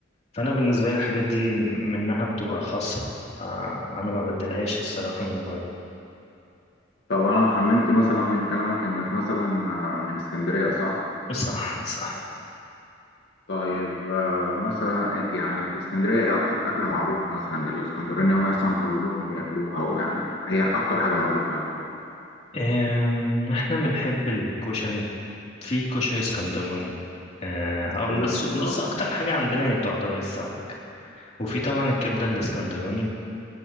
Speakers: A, on the left; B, on the left.
A: فانا بالنسبه لي الحاجات دي منها بتبقى خاصه فانا ما بدلهاش الصراحه من بره
B: طب انا خمنت مثلا من كلامك انك مثلا آه، من اسكندريه صح
A: صح صح
B: طيب آه، مثلا آه، يعني في اسكندرية ايه أكتر أكلة معروفة مثلا الاسكندرانية مثلا كلهم بياكلوها ويعني هي أكتر حاجة معروفة يعتبر
A: إيه احنا بنحب الكشري في كشري اسكندراني آه، او
B: كشري
A: بس
B: الاسكندراني
A: بص اكتر حاجه عندنا هي تعتبر السمك وفي طبعا الكبدة الاسكندراني